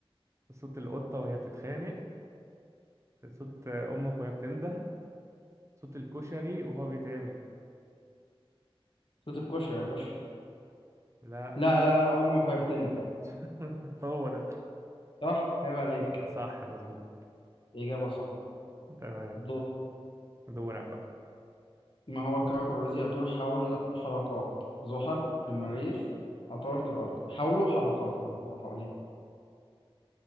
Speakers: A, on the right; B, on the left.
A: صوت القطه وهي بتتخانق صوت امك وهي بتنده صوت الكشري وهو بيتعمل
B: صوت الكشري يا باشا
A: لا
B: لا لا لا أمك وهي بتندب
A: <laughs> هو ده
B: صح عيب عليك
A: صح مظبوط
B: إجابة صحيحة
A: تمام
B: دور
A: دورك بقى
B: ما هو الكوكب الذي يدور حول حلقات زحل المريخ عطارد الأرض حوله حلقات يعني هو حواليه